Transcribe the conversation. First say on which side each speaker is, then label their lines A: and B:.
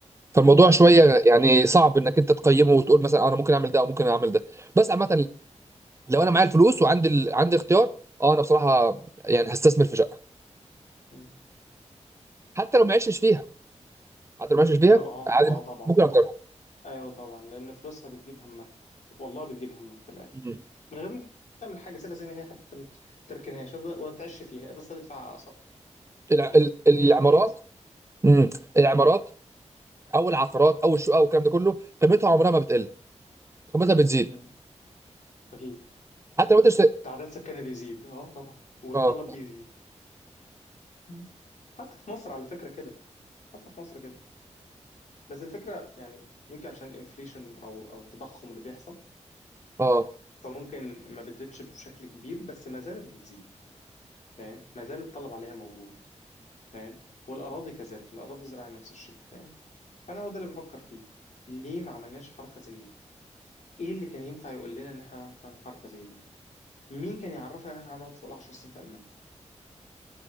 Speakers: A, on the right; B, on the left.
A: فالموضوع شويه
B: مم.
A: يعني صعب انك انت تقيمه وتقول مثلا انا ممكن اعمل ده او ممكن اعمل ده بس عامه لو انا معايا الفلوس وعندي ال... عندي اختيار اه انا بصراحه يعني هستثمر في شقه
B: مم.
A: حتى لو ما عشتش فيها حتى لو ما عشتش فيها
B: ب- اه
A: عادي
B: اه طبعا
A: ممكن اجرها
B: ايوه طبعا لان فلوسها بتجيب همها والله بتجيب همها في الاخر
A: مم.
B: من غير ما تعمل حاجه سيبها زي ما هي حتى ما تركنهاش افضل وما تعيش فيها بس تدفع اقساط
A: الع...
B: فاهم
A: ال... العمارات
B: هي هي
A: مم. العمارات
B: مم.
A: او العقارات او الشقق والكلام ده كله قيمتها عمرها ما بتقل قيمتها بتزيد
B: مم. اكيد
A: حتى لو انت اشت...
B: تعداد سكانها بيزيد اه طبعا والطلب
A: اه
B: بيزيد مم. حتى في مصر على فكره كده حتى في مصر كده بس الفكره يعني يمكن عشان الانفليشن او او التضخم اللي بيحصل
A: اه
B: فممكن ما بتزيدش بشكل كبير بس ما زالت بتزيد فاهم ما زال الطلب عليها موجود فاهم والاراضي كذلك الاراضي الزراعيه نفس الشيء فاهم فانا هو ده اللي بفكر فيه ليه ما عملناش حركه زي دي ايه اللي كان ينفع يقول لنا ان احنا هنعرف نعمل حركه زي دي مين كان يعرفنا ان احنا هنقعد فوق العشر سنين في المانيا